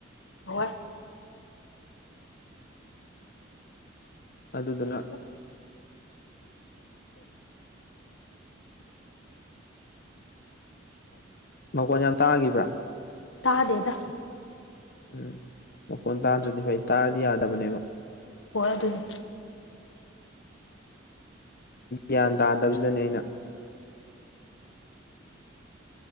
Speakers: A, on the left; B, on the left.
A: ꯍꯣꯏ
B: ꯑꯗꯨꯗꯨꯅ ꯑꯣꯣ ꯃꯒꯣꯟ ꯌꯥꯝ ꯇꯥꯛꯈꯤꯕ꯭ꯔꯥ
A: ꯇꯥꯗꯦꯗ
B: ꯎꯝ ꯃꯈꯣꯟ ꯇꯥꯗ꯭ꯔꯗꯤ ꯐꯩ ꯇꯥꯔꯗꯤ ꯌꯥꯗꯕꯅꯦꯕ
A: ꯍꯣꯏ ꯑꯗꯨꯅꯤ
B: ꯒ꯭ꯌꯥꯟ ꯇꯥꯗꯕꯁꯤꯗꯅꯦ ꯑꯩꯅ